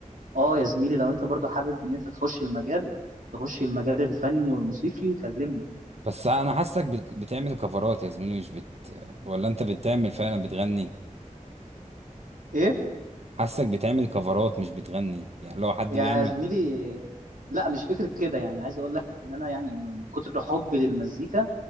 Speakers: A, on the right; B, on the right.
A: اه يا زميلي لو انت برضو حابب ان انت تخش المجال تخش المجال الفني والموسيقي كلمني
B: بس انا حاسك بت- بتعمل كفرات يا زميلي مش بت ولا انت بتعمل فعلا بتغني
A: ايه
B: حاسك بتعمل كفرات مش بتغني يعني لو حد
A: يا
B: بيعمل
A: زميلي لا مش فكرة كده يعني عايز اقول لك ان انا يعني من من كتر حبي للمزيكا